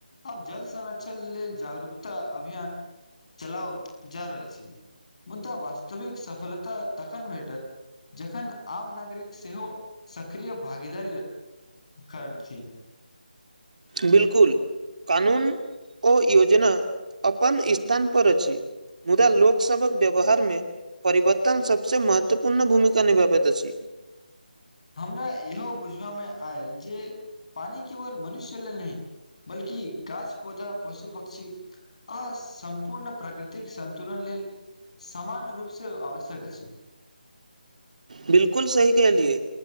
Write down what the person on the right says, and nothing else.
बिलकुल कानून ओ योजना अपन स्थानपर अछि मुदा लोकसभक व्यवहारमे परिवर्तन सबसे महत्वपूर्ण भूमिका निभाबैत अछि
बिलकुल सही कहलिए